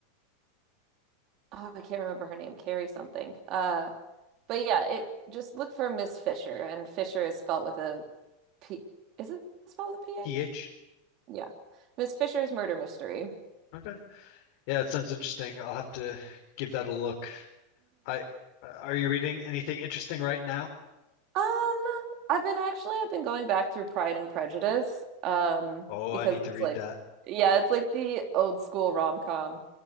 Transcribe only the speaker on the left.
TH?
Okay. Yeah, that sounds interesting. I'll have to give that a look. I uh, are you reading anything interesting right now?
Oh,
I need
to read
that.